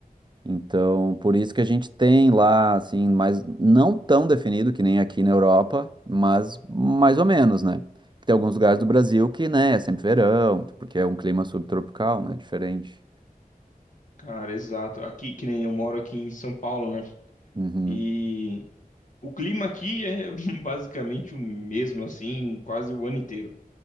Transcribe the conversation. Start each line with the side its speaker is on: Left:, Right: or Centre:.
Right: Então, por isso que a gente tem lá, assim, mas não tão definido que nem aqui na Europa, mas mais ou menos, né? Tem alguns lugares do Brasil que, né, é sempre verão, porque é um clima subtropical, né? Diferente.
Left: Cara, exato. Aqui, que nem eu moro aqui em São Paulo, né?
Right: Uhum.
Left: E o clima aqui é <laughs> basicamente o mesmo, assim, quase o ano inteiro.